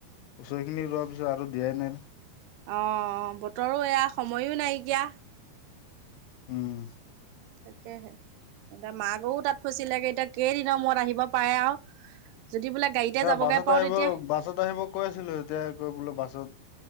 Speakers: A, on the left; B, on the right.
A: ওচৰখিনি ৰোৱাৰ পিছত আৰু দিয়াই নাই নহ
B: অ' বতৰো এয়া সময়ো নাইকিয়া
A: উম।
B: তাকেহে এতিয়া মা গৈও তাত ফচিলেগে এতিয়া কেইদিনৰ মূৰত আহিব পাৰে আৰু যদি বোলে গাড়ীতে
A: এ
B: যাবগে
A: বাছত
B: পাৰো
A: আহিব
B: তেতিয়া
A: বাছত আহিব কৈ আছিলো এতিয়া কৈ বোলো বাছত